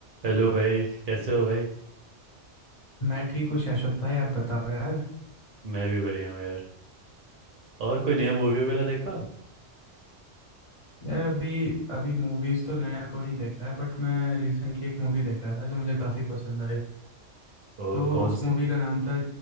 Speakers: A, on the right (about 55°); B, on the left (about 35°).
A: Hello भाई कैसे हो भाई
B: मैं ठीक हूँ शाश्वत भाई आप बताओ यार
A: मैं भी बढ़िया हूँ यार और कोई नया मूवी वगैरह देखा
B: यार अभी अभी मूवीज तो नया कोई नहीं देख रहा है बट मैं रिसेंटली एक मूवी देख रहा था जो मुझे काफ़ी पसंद आई
A: ओ,
B: तो
A: कौन
B: उस
A: सी
B: मूवी का नाम था